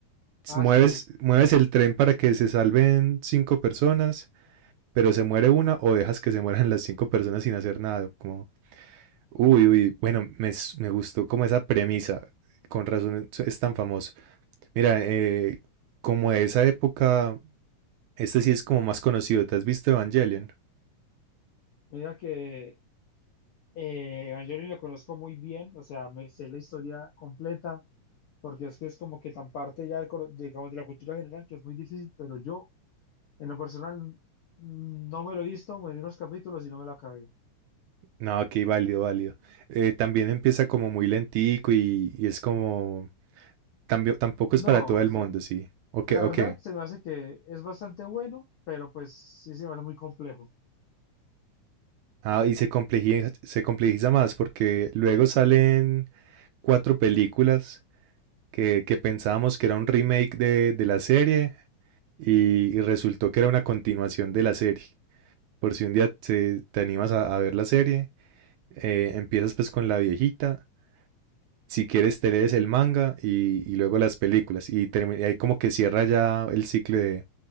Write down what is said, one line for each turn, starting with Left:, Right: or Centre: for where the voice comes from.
Right: s-
Left: Ah,
Right: mueves,
Left: sí.
Right: mueves el tren para que se salven cinco personas, pero se muere una o dejas que se mueran las cinco personas sin hacer nada, como, uy, uy, bueno, me, s- me gustó como esa premisa, con razón es es tan famoso. Mira, eh, como de esa época, este sí es como más conocido, ¿te has visto Evangelion?
Left: Mira que eh, Evangelion lo conozco muy bien, o sea, me sé la historia completa, porque es que es como que tan parte ya, del cono- digamos, de la cultura general que es muy difícil, pero yo, en lo personal, mm, no me lo he visto, me vi unos capítulos y no me lo acabé.
Right: No, ok, válido, válido. Eh, también empieza como muy lentico y, y es como... también tampoco
Left: No,
Right: es para todo el
Left: o sea,
Right: mundo, sí. Ok,
Left: la
Right: ok.
Left: verdad se me hace que es bastante bueno, pero pues sí se me hace muy complejo.
Right: Ah, y se complejiza, se complejiza más porque luego salen cuatro películas que, que pensábamos que era un remake de, de la serie y, y resultó que era una continuación de la serie. Por si un día te, te animas a, a ver la serie, eh, empiezas pues con la viejita Si quieres te lees el manga y, y luego las películas. Y, termi- y ahí como que cierra ya el ciclo de,